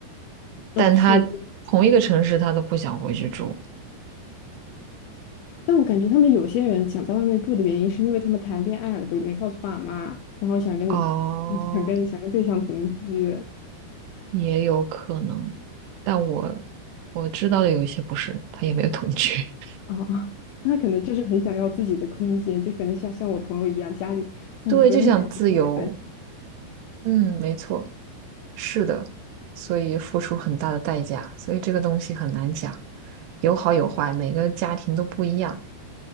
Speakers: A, on the right; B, on the left.
A: 但他同一个城市他都不想回去住。
B: 哦，是。但我感觉他们有些人想在外面住的原因，是因为他们谈恋爱了，不没告诉爸妈，然后想跟
A: 哦，
B: <laughs> 想跟想跟对象同居
A: 也有可能，但我我知道的有一些不是，他也没有同居，
B: 啊，<laughs> 那可能就是很想要自己的空间，就可能像像我朋友一样，家里父母不让点外卖，
A: <laughs> 对，就想自由。
B: 烦死
A: 嗯，没错。是的，所以付出很大的代价，所以这个东西很难讲，有好有坏，每个家庭都不一样。